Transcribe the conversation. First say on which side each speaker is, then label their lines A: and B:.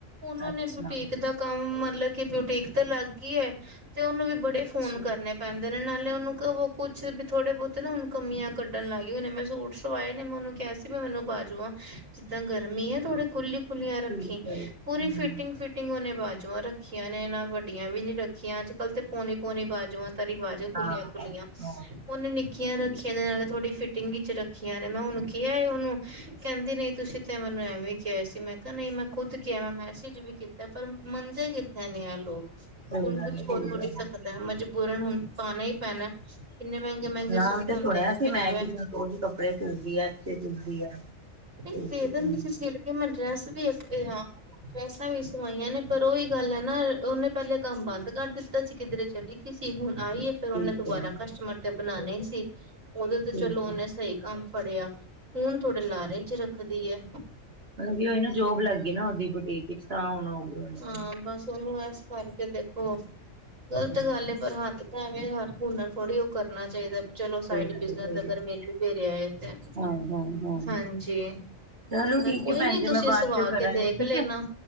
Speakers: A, on the right; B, on the right.
A: ਓਨੋ
B: ਅੱਛਾ
A: ਨੇ ਬੂਟੀਕ ਦਾ ਕੰਮ, ਮਤਲਬ ਕਿ ਬਊਟੀਕ ਤੇ ਲੱਗ ਗੀ ਐ, ਤੇ ਓਨੂੰ ਵੀ ਬੜੇ, ਫੋਨ
B: ਅੱਛਾ
A: ਕਰਨੇ ਦੇ ਨੇ ਨਾਲੇ, ਓਨੂੰ ਕਵੋ ਕੁਛ ਵੀ, ਥੋੜੇ-ਬੋਤੇ ਨਾ, ਓਨੂੰ ਕਮੀਆਂ ਕੱਢਣ ਲੱੲਗੀ, ਹੁਨੇ ਮੈਂ ਸੂਟ ਸਵਾਏ ਨੇ, ਮੈਂ ਓਨੂ ਕਿਹਾ ਸੀ ਮੈਂ, ਮੈਨੂੰ ਬਾਜੂਆਂ ਜਿੱਦਾਂ ਗਰਮੀ ਐ, ਥੋੜੇ ਖੁੱਲੀ ਖੁਲੀਆਂ ਰੱਖੀ,
B: ਠੀਕ ਹੈ ਹਮ,
A: ਪੂਰੀ ਫਿਟਿੰਗ-ਫਿਟਿੰਗ ਓਨੇ ਬਾਜੂਆਂ ਰੱਖੀਆਂ ਨੇ ਨਾ, ਵੱਡੀਆਂ ਵੀ ਨੀ ਰੱਖੀਆਂ, ਅੱਜ-ਕੱਲ ਤੇ, ਪੋਣੀ-ਪੋਣੀ ਬਾਜੂਆਂ ਦਾ ਰਿਵਾਜ਼ ਐ,
B: ਹਾਂ
A: ਖੁੱਲੀਆਂ-ਖੁੱਲੀਆਂ,
B: ਹਾਂ
A: ਓਨੇ ਨਿੱਕੀਆਂ ਰੱਖੀ ਕੇ ਨਾਲ, ਥੋੜੀ ਫਿਟਿੰਗ ਵਿੱਚ ਰੱਖੀਆਂ ਨੇ, ਮੈਂ ਓਨੂੰ ਕਿਆ ਓਨੂੰ, ਕੇਂਦੀ, ਨਹੀਂ, ਤੁਸੀਂ ਤੇ ਮੈਨੂੰ ਐਵੇਂ ਕੇਆ ਸੀ, ਮੈਂ ਕਾ ਨਹੀਂ, ਮੈਂ ਖੁਦ ਕੇਆ ਮੈਂ ਮੈਸੇਜ ਵੀ ਕੀਤਾ, ਪਰ ਮੰਣਦੇ ਕਿੱਥੇ ਨੇ ਏ ਲੋਕ।
B: ਸਹੀ
A: ਹੁਣ
B: ਗੱਲ
A: ਕੁਛ
B: ਐ, ਸਹੀ
A: ਹੋ ਥੋੜੀ
B: ਗੱਲ ਐ।
A: ਸਕਦਾ ਮਜਬੂਰਨ ਹੁਣ ਪਾਣਾ ਹੀ ਪੈਣਾ ਕਿੰਨੇ ਮਹਿੰਗੇ ਮਹਿੰਗੇ
B: ਨਾਮ
A: ਸੂਟ
B: ਤੇ
A: ਹੁੰਦੇ
B: ਸੁਣਿਆ
A: ਨੇ
B: ਸੀ
A: ਫਿਰ
B: ਮੈਂ,
A: ਐਵੇਂ
B: ਕਿ ਸੰਤੋਸ਼ ਕੱਪੜੇ ਸਿਲ ਦੀਏ, ਅੱਛੇ <inaudible>
A: ਨਹੀਂ
B: ਠੀਕ
A: ਦੇ ਦੰਦੇ
B: ਹੈ
A: ਸੀ, ਛਿਲ ਕੇ ਮੈਂ ਡਰੈਸ ਵੀ, ਡਰੈਸਾਂ ਵੀ ਸਵਾਈਆਂ ਨੇ, ਪਰ ਉਹੀ ਗੱਲ ਹੈ ਨਾ, ਉਹਨੇ ਪਹਿਲੇ ਕੰਮ ਬੰਦ ਕਰ ਦਿੱਤਾ ਸੀ, ਕਿਧਰੇ ਚਲੀ ਗੀ ਸੀ, ਹੁਣ ਆਈਏ ਫੇਰ,
B: ਠੀਕ
A: ਓਨੇ ਦੁਬਾਰਾ
B: ਹੈ
A: ਕਸਟਮਰ ਤੇ ਬਨਾਨੇ ਹੀ ਸੀ, ਓਦੇ ਤੇ,
B: ਠੀਕ
A: ਚਲੋ,
B: ਹੈ
A: ਓਨੇ ਸਹੀ ਕੰਮ ਫੜਿਆ ਹੁਣ, ਥੋੜੇ ਲਾਰੇ ਚ ਰੱਖਦੀ ਐ।
B: ਮਤਲਬ ਕਿ ਓਈ ਨਾ, ਜੋਬ ਲੱਗ ਗਈ ਨਾ, ਓਦੀ ਬੁਟੀਕ ਵਿੱਚ, ਤਾਂ ਹੁਣ ਹੋ ਗਈ ਹੋਣੀ
A: ਹਾਂ,
B: ਹੈ
A: ਬਸ ਓਨੂੰ ਏਸ ਕਰਕੇ, ਦੇਖੋ, ਗ਼ਲਤ
B: ਹਾਂ
A: ਗੱਲ ਐ ਪਰ ਹੱ ਦਾ, ਐਵੇਂ ਹਰ ਹੁੰਨਰ ਥੋੜ੍ਹੀ ਉਹ ਕਰਨਾ ਚਾਈਦਾ। ਚਲੋ,
B: ਸਹੀ
A: ਸਾਈਡ
B: ਗੱਲ
A: ਬਿਜ਼ਨਸ
B: ਹੈ ਸਹੀ ਗੱਲ
A: ਅਗਰ
B: ਹੈ
A: ਮਿਲ ਵੀ ਰੇਆ ਐ ਤੇ,
B: ਹਾਂ ਹਾਂ ਹਾਂ
A: ਹਾਂਜੀ।
B: ਚਲੋ
A: ਬ,
B: ਠੀਕ
A: ਕੋਈ
B: ਹੈ ਭੈਣ
A: ਨੀ
B: ਜੀ
A: ਤੁਸੀਂ
B: ਮੈਂ ਬਾਅਦ
A: ਸਵਾ
B: ਚੋਂ ਕਰਾਂਗੀ
A: ਕੇ ਦੇਖ
B: ਠੀਕ
A: ਲੈਨਾ।
B: ਹੈ